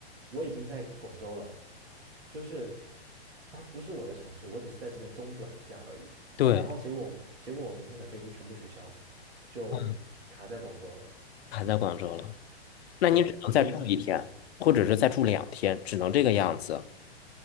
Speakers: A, on the right (about 85°); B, on the left (about 75°).
A: 我已经在广州了，就是它不是我的城市，我只是在这边中转一下而已。
B: 对，
A: 然后结果我明结果我明天的飞机全部取消，就卡在广州了。
B: 嗯，还在广州了，那你只能再住一天，
A: 对，所以就是很惨。
B: 或者是再住两天，只能这个样子。